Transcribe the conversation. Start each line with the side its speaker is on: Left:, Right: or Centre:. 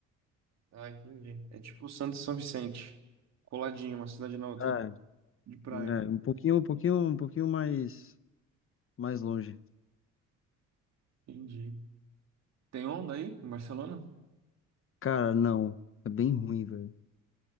Right: Ah, entendi. É tipo Santos e São Vicente. Coladinho, uma cidade na outra.
Left: É,
Right: De praia.
Left: né, um pouquinho, um pouquinho, um pouquinho mais, mais longe.
Right: Entendi. Tem onda aí em Barcelona?
Left: Cara, não, é bem ruim, velho.